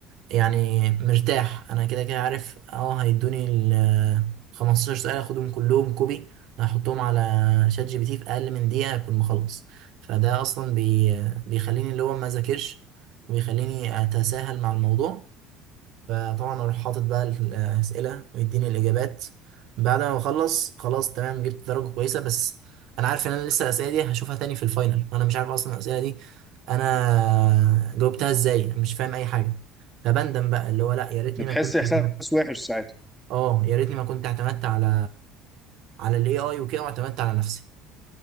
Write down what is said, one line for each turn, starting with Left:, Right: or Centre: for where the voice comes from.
Right: يعني مرتاح انا كده كده عارف اه هيدوني ال 15 سؤال اخدهم كلهم كوبي هحطهم على شات جي بي تي في اقل من دقيقه اكون مخلص فده اصلا بي بيخليني اللي هو ما ذاكرش وبيخليني اتساهل مع الموضوع فطبعا اروح حاطط بقى الاسئله ويديني الاجابات بعد ما بخلص خلاص تمام جبت درجه كويسه بس انا عارف ان انا لسه الاسئله دي هشوفها تاني في الفاينل وانا مش عارف اصلا الاسئله دي انا جاوبتها ازاي مش فاهم اي حاجه فبندم بقى اللي هو لا يا ريتني
Centre: بتحس
Right: ما كنت
Centre: إحساس
Right: اعتمدت
Centre: وحش ساعتها
Right: اه يا ريتني ما كنت اعتمدت على على الاي اي وكده واعتمدت على نفسي